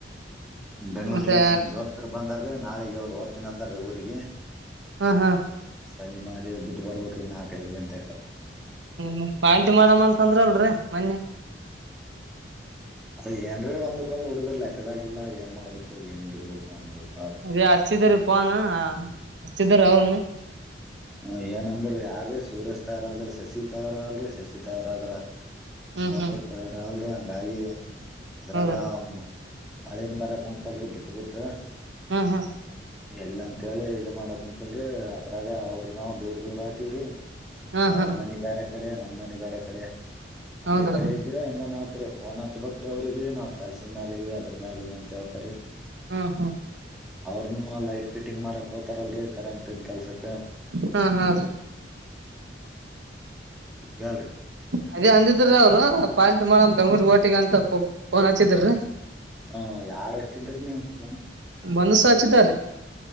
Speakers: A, in the centre; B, on the right.
A: ಬೆಂಗ್ಳೂರ್ಲಸ
B: ಮತ್ತೆ
A: ನಮ್ ದೋಸ್ತರು ಬಂದಾರೀ ನಾಳಿಗೆ ಅವ್ರು ಹೋಗ್ತನಿ ಅಂದಾರೀ ಊರಿಗೆ
B: ಹ್ ಹಾ
A: ಸಂಜೆ ಮಾದೇ ಬಿಟ್ಟು ಬರ್ಬೇಕ ನಾಲ್ಕೈಐದು ಗಂಟೆಕ
B: ಮ ಪಾರ್ಟಿ ಮಾಡಮ್ಮ ಅಂತ ಅಂದ್ರ ಅಲ್ರರಿ ಮೊನ್ನೆ
A: ಅದ ಏನ್ರೀ ಒಂದಕ್ಕ ಒ್ ಹುಡುಗರ್ ಲೆಕ್ಕದಾಗಿಲ್ಲಾ ಏನ್ ಮಾಡ್ಬೇಕು ಏನ್ ಗಿಡ್ಬೇಕು ಅಂದ್ ಗೊತ್ತ
B: ಅದ ಅಚ್ಚು ತರಿ ಪಾನ ಅಚ್ಚುದರ ಅವರುಣ
A: ಹ ಏನಂದ್ರ ಯಾರೀ ಸೂರ್ಯಸ್ ತಯಾರ ಆದ್ರ ಶಶಿ ತಾರ ಅಲ್ರರಿ ಶಶಿ ತಯಾರ ಆದ್ರ
B: ಹ್ಮ್
A: ಇನ್ನೊಬ್ಬರ್ತಾರ
B: ಹ್ಮ್
A: ಅಲ್ರಿ ಹಂಗಾಗಿ ಅದ್ರಾಗ
B: ಹೌದಾರ
A: ಮಳೇನ್ ಬರಕ್ ಕುಂತಲ್ರರಿ ಬಿುಟ್ಟ ಬುಟ್ಟ
B: ಹ್ ಹಾ
A: ಎಲ್ಲಂತೇಳಿ ಇದ ಮಾಡಕ ಕುಂತಲ್ರಿ ಅದ್ರಾಗ ಅವ್ರ ನಾವು ದೂರ್ ದೂರ ಆಗತಿವ್ರಿ
B: ಹ್ಮ್
A: ಅವ್ರ
B: ಹ್ಮ್
A: ಮನೆ ಬ್ಯಾರೆ ಕಡೆ ನಮ್ಮ್ ಮನೆ ಬ್ಯಾರೆ ಕಡೆ ಅಂದೇ
B: ಹೌದ್ರ
A: ಕಡೆ ಇದ್ರೆ ಹೆಂಗ ನ ತ್ರಿ ಫೋನ್ ಹಚ್ಬೇಕ್ರ ಅವ್ರಿಗೆ ನಾವು ಕೆಲ್ಸ ಮ್ಯಾಲಿವ ಅದ್ರ ಮ್ಯಾಲಿವ ಅಂತ ಹೇಳ್ತಾರ
B: ಹ್ಮ ಹ್ಮ
A: ಅವ್ರನು ಲೈಟ್ ಫಿಟಿಂಗ್ ಮಾಡಕ್ ಹೋತಾರಲ್ರರಿ ಕರೆಂಟ್ ಇನ್ ಕೆಲ್ಸಕ್
B: ಹಾ ಹಾ ರೀ
A: ಹೇಳ್ರಿ
B: ಅದೇ ಅಂದಿದ್ರ್ರ ಅವ್ರು ಬಾಯಿಲ್ ತಮ್ಮ ನಾವು ಬೆಂಗಳೂರಿಗೆ ಹೊಂಟಿವಿ ಅಂತ ಫೋನ್ ಹಚ್ಚಿದ್ರೀ
A: ಹ ಯಾರ್ ಹಚ್ಚಿದ್ರ ನೀಮ ಫೋನ್
B: ಒಂದುಸಚ್ದ್ರೀ